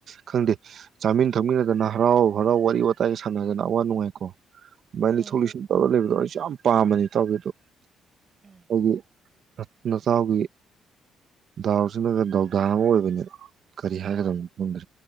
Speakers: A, on the right; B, on the right.
A: ꯈꯪꯗꯦ ꯆꯥꯃꯤꯟ ꯊꯛꯃꯤꯟꯅꯗꯅ ꯍꯔꯥꯎ ꯍꯔꯥꯎ ꯋꯥꯔꯤ ꯋꯥꯇꯥꯏ ꯁꯥꯟꯅꯗꯅ ꯑꯋꯥ ꯅꯨꯡꯉꯥꯏ ꯀꯣ ꯕꯥ ꯊꯣꯛꯣꯛꯂꯤ
B: ꯎꯝ
A: ꯁ ꯂꯩꯕꯗꯣ ꯑꯩ ꯌꯥꯝ ꯄꯥꯝꯕꯅꯤ ꯇꯧꯒꯦꯗꯣ
B: ꯎꯝ
A: ꯑꯩꯒꯤ ꯅꯁꯥ ꯍꯧꯒ ꯗꯥꯎꯁꯤꯅꯒ ꯗꯥꯎꯗꯥ ꯑꯃ ꯑꯣꯏꯕꯅꯦ ꯀꯔꯤ ꯍꯥꯏꯒꯗꯅꯣꯪꯗ
B: ꯍꯣꯏ